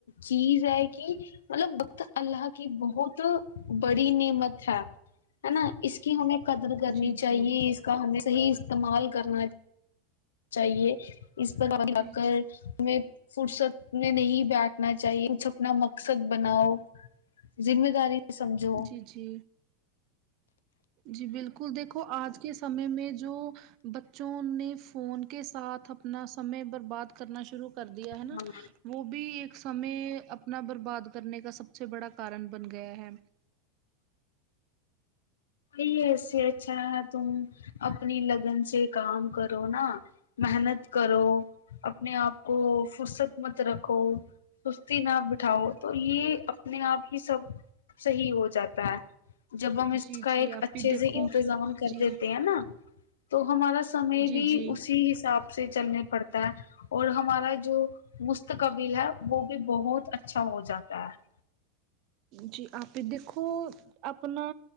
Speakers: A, on the left (about 85°); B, on the right (about 50°).
A: چیز ہے کہ مطلب وکت اللہ کی بہت بڑی نعمت ہے ہے نا اس کہ ہمیں قدر کرنی
B: جی
A: چاہیے
B: جی
A: اس کا ہمیں صحیح استعمال کرنا چاہیے اس پر جا
B: جی
A: کر
B: جی
A: ہمیں فرصت میں نہیں بیٹنا چاہیے کچھ اپنا مقصد بناؤ ذمہ داری سمجھو
B: جی جی جی بالکل دیکھو آج کے سمے میں جو بچوں نے فون کے ساتھ اپنا سمے بر بات کرنا شروع کر کر دہا ہے نا
A: ہاں
B: وہ بھی ایک سمے اپنا برباد کرنے کا سب سے بڑا کارن بن گیا ہے
A: ی ایسے اچھا ہے تم اپنی لگن سے کام کرو نا محنت کرو اپنے آپ کو فرصت مت رکھو سستی نہ بٹھاؤ تو یہ اپنے آپ ہی سب صحیح ہو جاتا ہے جب ہم اس
B: جی
A: کا
B: جی
A: ایک
B: آپ
A: اچھے
B: بھی دیکھو
A: سے انتظام کر
B: جی
A: دیتے ہیں نا تو ہمارا سمے
B: جی
A: بھی
B: جی
A: اسی حساب سے چلنا پڑتا ہے اور ہمارا جو مستقبل ہے وہ بھی بہت اچھا ہو جاتا ہے
B: جی آپ دیکھو اپنا